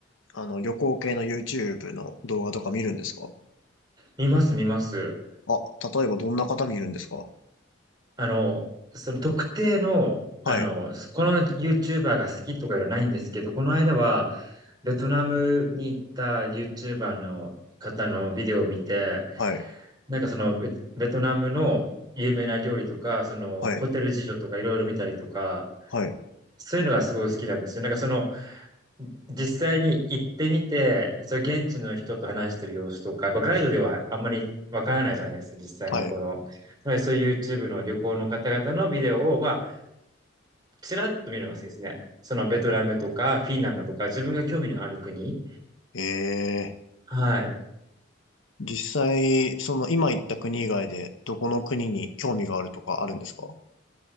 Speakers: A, on the left (about 80°); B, on the right (about 20°).
A: あの、旅行系の YouTube の動画とか見るんですか
B: 見ます、見ます。
A: あ、例えばどんな方見るんですか
B: あの、その特定の、
A: はい、
B: あの、この YouTuber が好きとかいうのはないんですけど、この間はベトナムに行った YouTuber の方のビデオを見て、
A: はい、
B: なんかそのベ、ベトナムの有名な料理とか、そのホテル事情とかいろいろ見たりとか、
A: はい、はい、
B: そういうのがすごい好きなんですよ。なんかその実際に行ってみて、それ現地の人と話してる様子とか、やっぱガイドではあんまりわからないじゃないですか、実際のところ。
A: はい。
B: つまりそういう YouTube の旅行の方々のビデオを、まあ、ちらっと見るのが好きですね。そのベトナムとかフィンランドとか自分が興味のある国。
A: ええ、
B: はい。
A: 実際、その今行った国以外で、どこの国に興味があるとかあるんですか